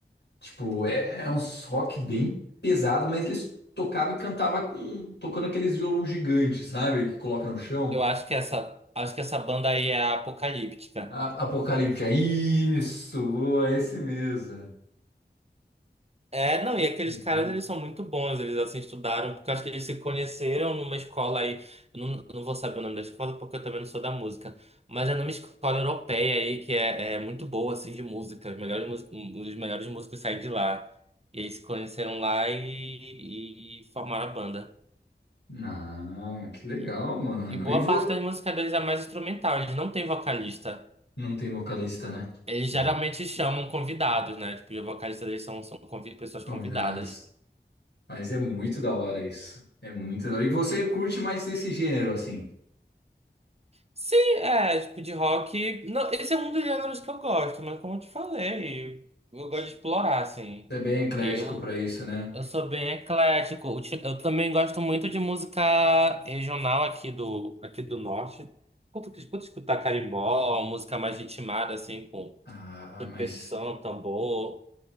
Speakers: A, on the left; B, on the right.
A: Tipo, é, é uns rock bem pesado, mas eles tocavam e cantavam com, tocando aqueles violão gigantes, sabe? Que coloca no chão.
B: Eu acho que essa, acho que essa banda aí é a Apocalíptica.
A: A, Apocalipse, é isso, boa, é esse mesmo.
B: É, não, e aqueles
A: Uhum.
B: caras, eles são muito bons, eles assim estudaram, porque eu acho que eles se conheceram numa escola aí, eu não, não vou saber o nome da escola porque eu também não sou da música, mas é numa escola europeia aí que é, é muito boa, assim, de música, os melhores, mus- um- os melhores músicos saem de lá, e eles se conheceram lá e, e formaram a banda.
A: Ah, que legal,
B: E,
A: mano.
B: e boa
A: E vou...
B: parte das músicas deles é mais instrumental, eles não têm vocalista,
A: Não tem vocalista, né?
B: eles
A: É.
B: geralmente chamam convidados, né, tipo, os vocalistas deles são, são convi- pessoas
A: Comidas.
B: convidadas.
A: Mas é muito da hora isso. É muito da hora. E você curte mais desse gênero, assim?
B: Sim, é, tipo, de rock. Não, esse é um dos gêneros que eu gosto, mas como eu te falei, eu
A: Você
B: gosto de explorar, assim.
A: é bem eclético
B: Eu,
A: pra isso, né?
B: eu sou bem eclético. Eu, ti- eu também gosto muito de música regional aqui do, aqui do norte. Quanto que escuto escutar carimbó, música mais ritmada, assim, com
A: Ah, mas.
B: percussão, tambor.